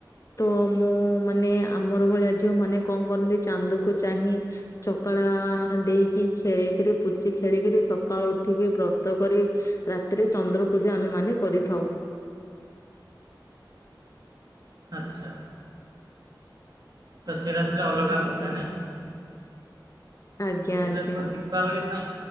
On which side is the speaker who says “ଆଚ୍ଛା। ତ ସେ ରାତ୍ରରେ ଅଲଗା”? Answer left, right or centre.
Right